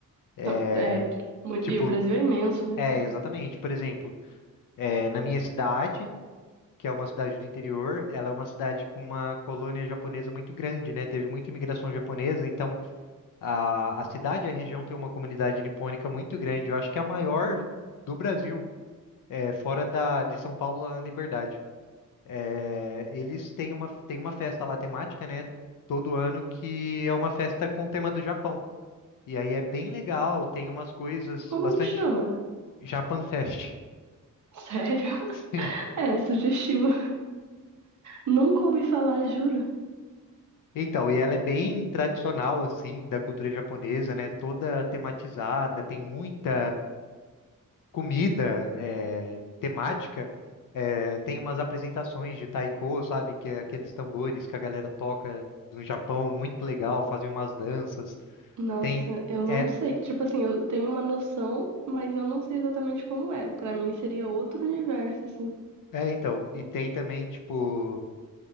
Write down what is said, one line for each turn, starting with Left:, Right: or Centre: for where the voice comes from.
Left: É,
Right: Então, é, muito,
Left: Tipo,
Right: e o Brasil é imenso, né?
Left: é, exatamente. Por exemplo, é, na minha cidade, que é uma cidade do interior, ela é uma cidade com uma colônia japonesa muito grande, né? Teve muita imigração japonesa, então. A, a cidade e a região tem uma comunidade nipônica muito grande. Eu acho que é a maior do Brasil, é, fora da, de São Paulo, lá na Liberdade. É, eles têm uma, têm uma festa lá temática, né? Todo ano, que é uma festa com o tema do Japão. E aí é bem legal, tem umas coisas
Right: Como
Left: bastante
Right: que chama?
Left: Japan Fest.
Right: Sério?
Left: <laughs> Sim.
Right: <laughs> É, sugestivo. Nunca ouvi falar, juro.
Left: Então, e ela é bem tradicional, assim, da cultura japonesa, né? Toda tematizada, tem muita comida, é, temática. É, tem umas apresentações de taiko, sabe? Que é aqueles tambores que a galera toca no Japão, muito legal, fazem umas danças.
Right: Nossa,
Left: Tem,
Right: eu não
Left: é,
Right: sei. Tipo assim, eu tenho uma noção, mas eu não sei exatamente como é. Pra mim seria outro universo, assim.
Left: é, então, e tem também, tipo,